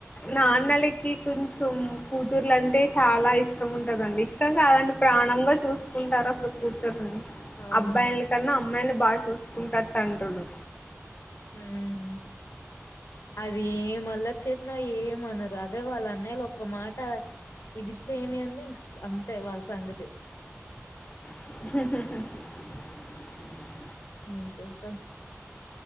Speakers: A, on the left; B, on the left.
A: నాన్నలకి కొంచెం కూతుర్లుంటే చాలా ఇష్టం ఉంటదండి ఇష్టం కాదండి ప్రాణంగా చూసుకుంటారు అసలు కూతుర్ని
B: అవును
A: అబ్బాయిలి కన్నా అమ్మాయిలనే బాగా చూసుకుంటారు తండ్రులు
B: ఉమ్ అది ఏం అల్లరి చేస్ నా ఏమనరు అదే వాళ్ళన్నయ్యలు ఒక మాట ఇది చేయ్నియ్యండి ఇంక అంతే వాళ్ళ సంగతి
A: <unintelligible>
B: ఏం చేస్తాం